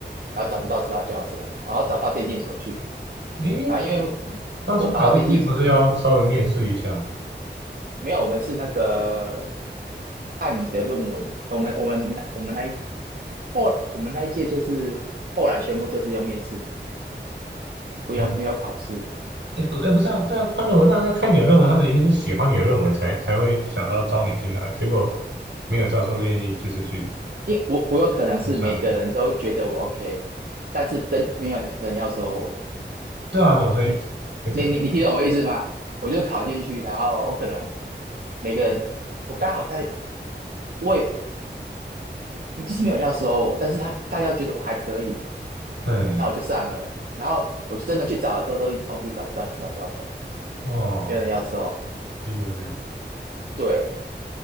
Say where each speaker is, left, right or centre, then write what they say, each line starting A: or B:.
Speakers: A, on the right; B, on the right.
A: 然后找不到指导教授，然后找到电信所去，
B: 诶，
A: 然后因为我
B: 当初考进去不是要稍微面试一下吗？
A: 我跑到电信所。没有，我们是那个按你的论文，我们我们那我们那一后我们那一届就是后来全部都是用面试的，不要没有考试，
B: 哦，诶不，诶不是啊，这样看论文，那那看你的论文，他们一定是喜欢你的论文才才会想到招你进来，结果没有教授愿意就是去
A: 因为我我有可能是每个人都觉得我
B: 去上，
A: OK，但是真没有人要收我，
B: 对啊，总会会这样，
A: 你你你你听懂我意思吗？我就考进去，然后我可能每个人我刚好在我也就是没有人要收我，但是他大家觉得我还可以，
B: 对，
A: 那我就上了，然后我真的去找的时候都一直碰壁，找不到指导教授，
B: 哦，
A: 没有人要收。
B: 明白明白，
A: 对，